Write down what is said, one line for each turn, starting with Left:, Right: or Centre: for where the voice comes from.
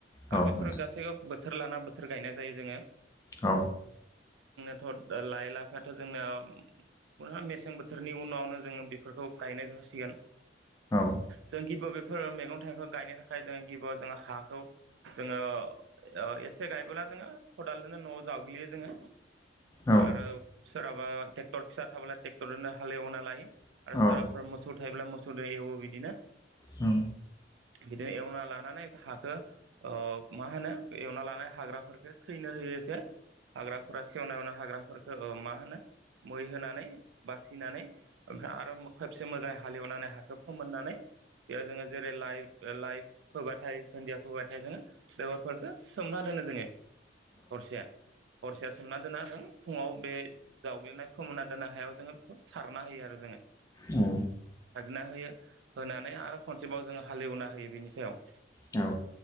Left: औ
Right: आरो बेफोर
Left: नोंथां
Right: गासैबो बोथोर लाना बोथोर गायनाय जायो जोङो।
Left: औ
Right: थद ओ लाइ लाफायाथ' जोंना मोनो मेसें बोथोरनि उनावनो जोङो बेफोरखौ गायनाय जासिगोन
Left: औ
Right: जों गिबियाव बि फोर मैगं थाइगंखौ गायनो थाखाय जोङो गिबियाव जोङो हाखौ जोङो ओ एसे गायबोला जोङो खदालजोंनो न'आव जावग्लियो जोङो
Left: औ नोंथां
Right: आरो सोरहाबा ट्रेक्टर फिसा थाब्ला ट्रेक्टरनो हालेवना लायो
Left: औ
Right: आरो सोरहाफोर मोसौ थायोब्ला मोसौजों एवो बिदिनो
Left: औ
Right: बिदिनो एवना लानानै हाखौ ओ मा होनो एवना लानाय हाग्राफोरखो थैनो होयो एसे हाग्राफोरा सेवना एवनाय हाग्रा फोरखौ ओ मा होनो मै होनानै बासिनानै ओमफ्राय आरो खेबसे मोजाङै हालेवनानै हाखौ फोमोननानै बेयाव जोङो जेरै लाइ ओ लाइ फोबाथाय दुन्दिया फोबाथाय जोङो बेगरफोर खो सोमना दोनो जोङो हरसेया हरसेया सोमना दोना जों फुङाव बे जावग्लिनाय फोमोनना दोननाय हायाव जोङो बेखौ सारना होयो आरो जोङो
Left: औ
Right: ना होयो होनानै आरो खनसेबाव जोङो हालेवना होयो बिनि सायाव
Left: औ